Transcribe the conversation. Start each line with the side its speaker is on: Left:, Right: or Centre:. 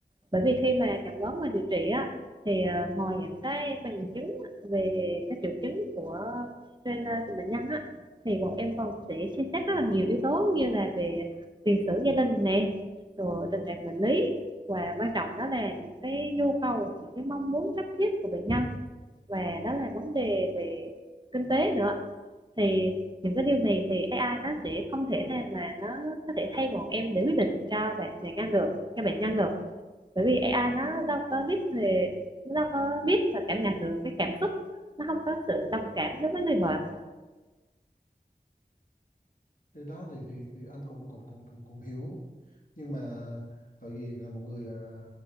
Right: bởi vì khi mà chẩn đoán và điều trị á thì ờ, ngoài những cái bằng chứng về các triệu chứng của trên ờ, bệnh nhân á thì bọn em còn sẽ xem xét rất là nhiều yếu tố như là về tiền sử gia đình nè rồi tình trạng bệnh lý và quan trọng đó là những cái nhu cầu những cái mong muốn cấp thiết của bệnh nhân và đó là vấn đề về kinh tế nữa thì những cái điều này thì AI nó sẽ không thể nào mà nó có thể thay bọn em để quyết định cho bạn bệnh nhân được cho bệnh nhân được bởi vì AI nó đâu có biết về nó có biết và cảm nhận được cái cảm xúc nó không có sự đồng cảm đối với người bệnh
Left: cái đó thì thì thì anh cũng cũng cũng cũng cũng hiểu nhưng mà tại vì là một người à,